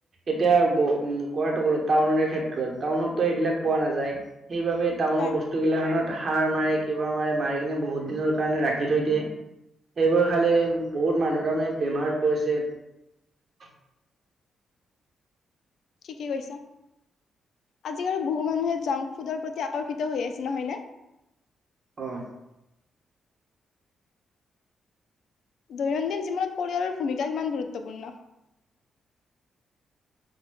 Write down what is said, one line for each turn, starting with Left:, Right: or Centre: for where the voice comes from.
Right: এতিয়া উ কোৱাটো গলো টাউনে ক্ষেত্ৰত টাউনতো এইবিলাক পোৱা নাযায়। সেইবাবে টাউনৰ
Left: হয়
Right: বস্তুবিলাক। সাৰ মাৰে, কিবা মাৰে মাৰি কিনে বহুত দিনৰ। কাৰণে ৰাখি থৈ দিয়ে, সেইবোৰ ফালে বহুত মানুহ তাৰমানে বেমাৰত পৰিছে।
Left: থিকে কৈছা, আজিকাল বহু মানুহে জাংক ফুডৰ প্ৰতি আকৰ্ষিত হৈ আছে নহয়নে?
Right: আহ।
Left: দৈনন্দিন জীৱনত পৰিয়ালৰ ভূমিকা কিমান গুৰুত্বপূৰ্ণ?